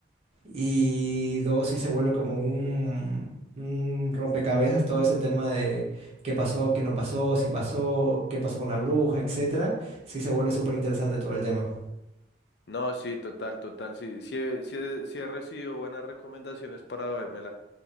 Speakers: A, on the right; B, on the left.
A: Y dos, sí se vuelve como un, un rompecabezas todo ese tema de qué pasó, qué no pasó, si pasó, qué pasó con la bruja, etcétera. Sí se vuelve súper interesante todo el tema.
B: No, sí, total, total. Sí, sí, he- sí, he sí he recibido buenas recomendaciones para vérmela.